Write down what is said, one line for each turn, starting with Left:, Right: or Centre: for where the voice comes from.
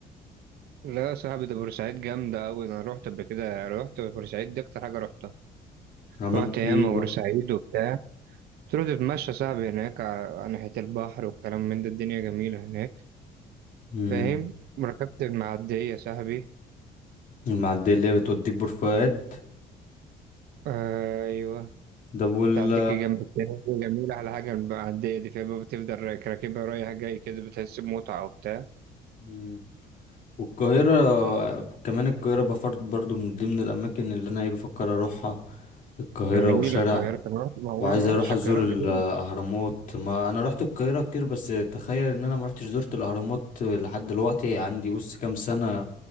Right: لا يا صاحبي ده بورسعيد جامدة أوي أنا روحت قبل كده روحت بورسعيد دي أكتر حاجة روحتها
Left: عملت
Right: روحت ياما
Left: ايه بقى
Right: بورسعيد وبتاع تروح تتمشى يا صاحبي هناك ع- على ناحية البحر والكلام من ده الدنيا جميلة هناك
Left: امم
Right: فاهم وركبت المعدية يا صاحبي
Left: المعديه اللي هي بتوديك بور فؤاد
Right: أيوه
Left: ده وال
Right: تعديكي جنب التاني جميلة على حاجة المعدية دي فيها بقى بتفضل راك- راكبها رايح جاي كده بتحس بمتعة وبتاع
Left: مم. والقاهره كمان القاهره بفرض برضو من ضمن الاماكن اللي انا ايه بفكر اروحها القاهره
Right: جميلة
Left: والشارع
Right: القاهرة طب أنا- معقولة
Left: وعايز
Right: ما رحتش
Left: اروح ازور
Right: القاهرة قبل
Left: الاهرامات
Right: كده؟
Left: ما انا رحت القاهره كتير بس تخيل ان انا ما رحتش زرت الاهرامات لحد دلوقتي عندي بص كام سنه